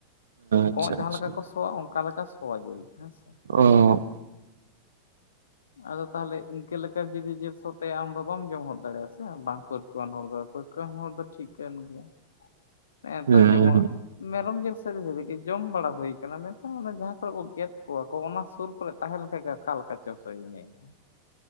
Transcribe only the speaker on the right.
ᱟᱪᱪᱷᱟ
ᱟᱪᱪᱷᱟ
ᱚᱻ
ᱦᱮᱸ